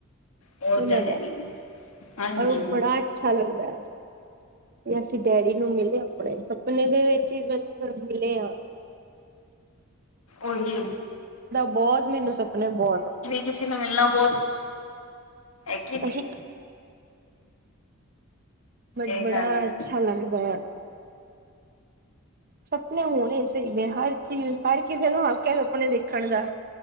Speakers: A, on the left; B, on the right.
A: ਉਹ
B: ਓਨਾਂ
A: ਤਾਂ ਹੈ
B: ਦਾ,
A: ਹੀ, ਹਾਂਜੀ।
B: ਔਰ ਓ ਬੜਾ ਅੱਛਾ ਲੱਗਦੈ। ਵੀ ਅਸੀਂ ਡੈਡੀ ਨੂੰ ਮਿਲੇ ਅਪਨੇ ਸਪਨੇ ਦੇ ਵਿੱਚ ਈ ਵਦੀਆ ਮਿਲੇ ਆ।
A: ਓਹੀ
B: ਬੋਤ ਮੈਨੂੰ ਸਪਨੇ ਬੋਤ ਆਂਦੇ।
A: ਕਿਸੀ ਨੂੰ ਮਿਲਨਾ ਬੋਤ ਹੈ ਕੀ ਨਈ।
B: ਉਹੀ ਬਟ
A: ਇਹ
B: ਬੜਾ
A: ਗੱਲ ਹੈ,
B: ਅੱਛਾ ਲੱਗਦੈ। ਸਪਨਾ ਹੋਨਾ ਚਾਈਦੈ ਹਰ ਚੀਜ਼ ਹਰ ਕਿਸੇ ਨੂੰ ਹੱਕ ਐ ਸਪਨੇ ਦੇਖਨ ਦਾ।